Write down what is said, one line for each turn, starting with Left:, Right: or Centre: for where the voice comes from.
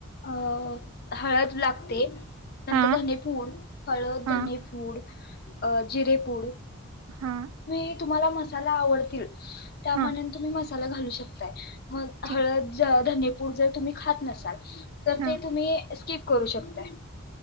Left: अ हळद लागते. नंत
Right: हां
Left: धनेपूड, हळद,
Right: हां
Left: धनेपूड. अ जिरेपूड
Right: हां
Left: ए तुम्हाला मसाला आवडतील. त्या
Right: हां
Left: म्हनतमी मस् तरं घालू शकताय. मग,
Right: ठीक
Left: हळद जात् धनेपूड जे तुम्ही खात नसाल. तर
Right: हां
Left: ते तुम्ही ए स्किप करू शकताय.